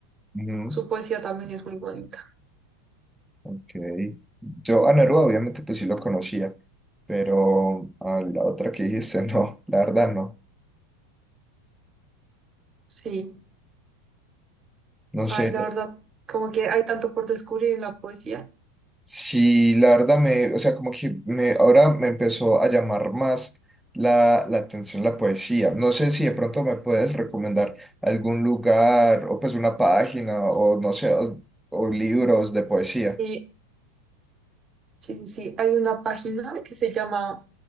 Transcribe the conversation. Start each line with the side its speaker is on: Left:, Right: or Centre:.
Centre: Ujú,
Right: Su poesía también es muy bonita.
Centre: ok. Yo a Neruda obviamente pues sí lo conocía, pero a la otra que dijiste, <laughs> no, la verdad no.
Right: Sí.
Centre: No
Right: Ay,
Centre: sé.
Right: la verdad, como que hay tanto por descubrir en la poesía.
Centre: Sí, la verdad me, o sea, como que me, ahora me empezó a llamar más la, la atención la poesía. No sé si de pronto me puedes recomendar algún lugar o pues una página o no sé, o, o libros de poesía.
Right: Sí, sí, sí, sí. Hay una página que se llama